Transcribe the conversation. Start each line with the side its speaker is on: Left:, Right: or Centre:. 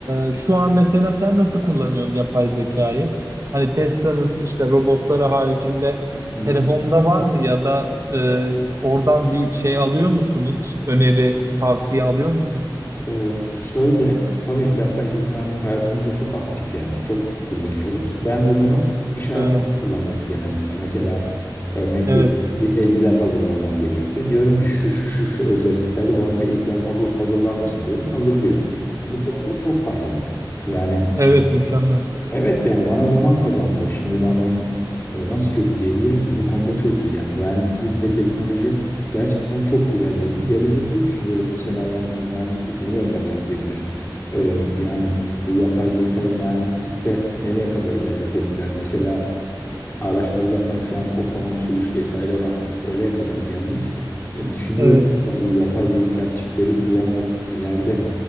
Right: e, şu an mesela sen nasıl kullanıyorsun yapay zekayı? Hani Tesla'nın işte robotları haricinde
Left: Hı hı.
Right: telefonda var mı ya da e, oradan bir şey alıyor musun hiç? Öneri, tavsiye alıyor musun?
Left: Ee, şöyle tabii ki yapay zeka artık hayatımızda çok aktif yani çok kullanıyoruz. Ben de bunu iş hayatımda
Right: Evet,
Left: kullanıyorum genellikle. Mesela örnek
Right: evet,
Left: bir, bir Excel hazırlamam gerekiyor. Diyorum ki şu şu şu şu özelliklerde bana bir Excel tablosu hazırlar mısın diyorum. Hazırlıyor. E, bu konuda çok faydalı. Yani
Right: evet mükemmel.
Left: Evet yani bana zaman kazandırıyor. Şimdi ben bunun e, nasıl kötü diyebilirim ki? Bu konuda çok iyi. Yani mühendislik ve teknoloji gerçekten çok ilerledi. Gelecekte düşünüyorum mesela yani bu mühendislik nereye kadar gidebilir? E, yani bu yapay zekayı mühendislikte nereye kadar ilerletebilirler? Mesela Araçlar zaten şu an otonom sürüş vesaire var. Oraya kadar geldik. E, Düşünüyorum
Right: Evet.
Left: mesela bu yapay zeka çipleri kullanarak ileride